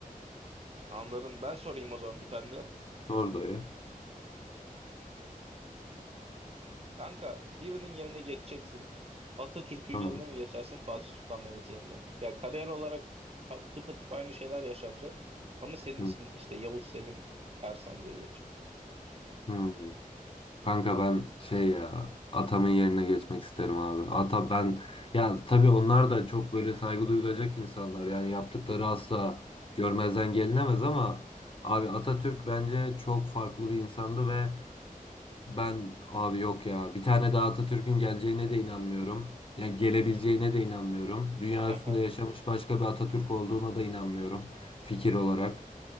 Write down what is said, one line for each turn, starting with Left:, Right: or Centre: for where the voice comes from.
Right: anlarım. Ben sorayım o zaman bir tane de.
Left: Sor dayı.
Right: Kanka birinin yerine geçeceksin. Atatürk'ün
Left: Tamam.
Right: yerine mi geçersin Fatih Sultan Mehmet'in yerine mi? Ya kariyer olarak ha- tıpatıp aynı şeyler yaşanacak. Ama senin
Left: Hı.
Right: ismin işte Yavuz Selim Ersan diye geçecek.
Left: Hı. Kanka ben şey ya atamın yerine geçmek isterim abi. Ata ben ya tabii onlar da çok böyle saygı duyulacak insanlar. Yani yaptıkları asla görmezden gelinemez ama abi Atatürk bence çok farklı bir insandı ve Ben abi yok ya. Bir tane daha Atatürk'ün geleceğine de inanmıyorum. Ya gelebileceğine de inanmıyorum. Dünya
Right: Aha.
Left: üstünde yaşamış başka bir Atatürk olduğuna da inanmıyorum fikir olarak.